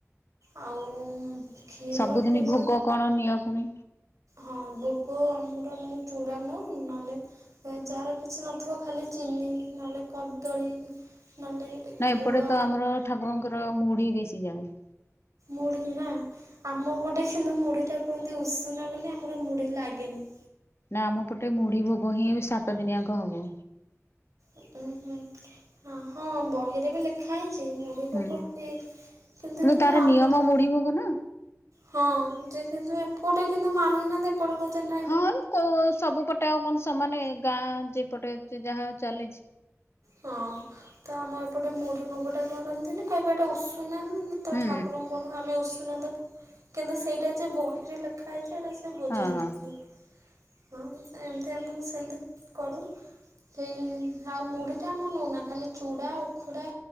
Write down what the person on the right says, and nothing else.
ଆଉ କ୍ଷୀର
ଫିର
ହଁ ଭୋଗ ଆମର ନଉ ଚୂଡ଼ା ନଉ ନହେଲେ ଯାହାର କିଛି ନଥିବ ଖାଲି ଚିନି ନହେଲେ କଦଳୀ ନହେଲେ
ଗୁଡ଼
ମୁଢି ନା। ଆମ ପଟେ କିନ୍ତୁ ମୁଢି ଟା କୁହନ୍ତି ଉଷୁନା ବୋଲି ଆମର ମୁଢି ଲାଗେନି।
ଉଁ ହୁଁ ହଁ ବହିରେ ବି ଲେଖା ହେଇଚି ମୁ ଢ଼ି
ଭୋଗ ହୁଏ କିନ୍ତୁ ହେଲେ
ଆମର
ହଁ ଯେ କିନ୍ତୁ ଏପଟେ କିନ୍ତୁ ମାନୁନାହାନ୍ତି ଏ ଟେ କହୁଚନ୍ତି ନା
ହଁ ତ ଆମ ଏପଟେ ମୁଢି ଭୋଗଟା କରନ୍ତିନି କହିବେ ଏଟା ଉଷୁନା ନା ତ
ଠାକୁରଙ୍କୁ ଆମେ ଉସୁନା ଦେବୁ କିନ୍ତୁ ସେଇଟା ଯେ ବହିରେ ଲେଖା ହେଇଚି ସେଟା ସେ ବୁଝନ୍ତି
ସେ ହଁ ଏମିତି ଆମ ସେମିତି କରୁ ଏଇ ଆଉ ସେଟା ଆମ ନେଉନା ଖାଲି ଚୁଡ଼ା ଉଖୁଡ଼ା